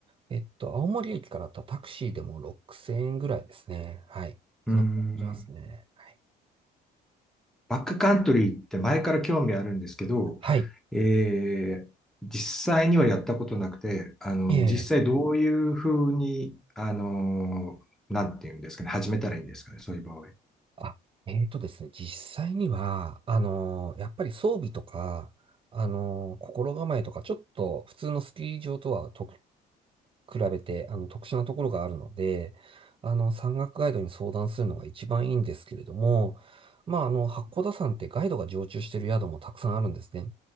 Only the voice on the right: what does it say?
えっと、青森駅からだったらタクシーでも6000円ぐらいですね。はい。そのくらいできますね。
はい。
はい。
ええ。
あ、えっとですね、実際には、あのーやっぱり装備とか、あのー心構えとか、ちょっと普通のスキー場とは特比べて、あの、特殊なところがあるので、あの、山岳ガイドに相談するのが一番いいんですけれども、まあ、あの、八甲田山ってガイドが常駐している宿もたくさんあるんですね。